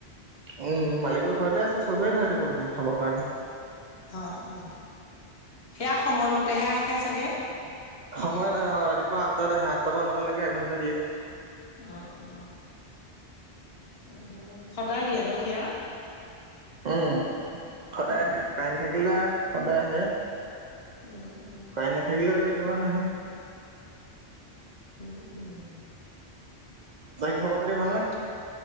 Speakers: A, on the right; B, on the left.
A: উম মালিকৰ ঘৰতে আছে চবেই ধৰে টেপৰ পানী খাবৰ কাৰণে
B: অ-অ সেয়া সময়মতেহে আহে চাগে
A: সময়ত আহে অ ৰাতি তাত আহে আটটা পা নটালেকে এঘণ্টা দিয়ে
B: অ অঁ অহ সদায় দিয়ে ন সেয়া
A: উম সদায়
B: উম,
A: আহে কাৰেণ্ট থাকিলে সদায় আহে
B: উম-উম
A: কাৰেণ্ট নাথাকিলে আৰু কেতিয়াবা নাহে
B: উম-উম
A: বাকী খবৰ খাতি ভাল নে?